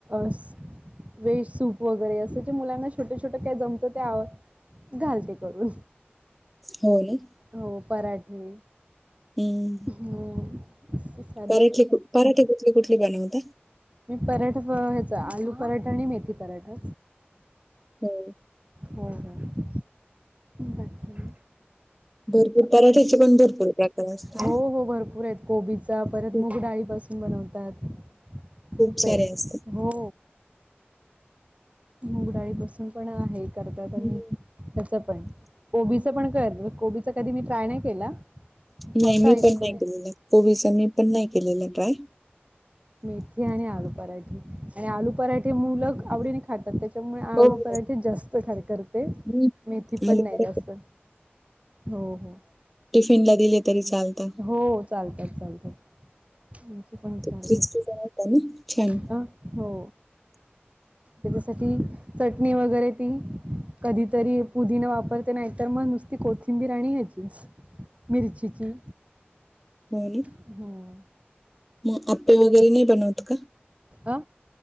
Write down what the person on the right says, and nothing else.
अस वेज सूप वगैरे अस जे मुलांना छोटे छो छोटं काय जमत त्यावर घालते करून
हो पराठे
हम
मी पराठा ह्याचा आलू पराठा आणि मेथी पराठा
हो हो बाकी.
हो
हो हो भरपूर आहेत कोबीचा परत
मग डाळीपसून बनवतात. खूप
आहेत
हो मुगडाळी पासुन पण हे करतात आणि
ह्याच पण कोबीच करत कोबी. च कधी मी ट्राय नाही केला.
फक्त
ऐकून
मेथी आणि आलू पराठे आणि आलू पराठे मुलं आवडीने खातात त्याच्यामुळे आलू
पराठे जास्त खारे करते. ते
मेथी पण
नाही
जास्त हो हो.
हो चालतात चालतात आमचे पण चालतात
अ हो!
त्याच्यासाठी चटणी वगैरे तीन कधीतरी पुदिना वापरते नाहीतर मग नुसती कोथिंबीर आणि ह्याचीच. मिरचीची.
हम्म!
आ!